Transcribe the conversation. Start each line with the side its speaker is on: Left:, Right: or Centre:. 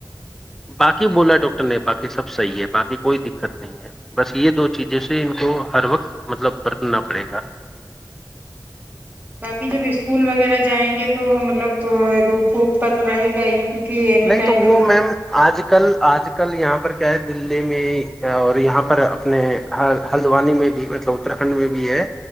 Centre: باقی بولا ڈاکٹر نے باقی سب صحیح ہے باقی کوئی دقت نہیں ہے بس یہ دو چیزوں سے ان کو ہر وقت مطلب برتنا پڑے گا
Right: باقی جب اسکول وغیرہ جائیں گے تو مطلب تو دپوپ پ تو رہے گا ہی کیونکہ اینی
Centre: نہیں
Right: ٹائم
Centre: تو وہ میم آج کل آج کل یہاں پر کیا ہے دلی میں اور یہاں پر اپنے ہلدوانی میں بھی مطلب اتر کنڈ میں بھی ہے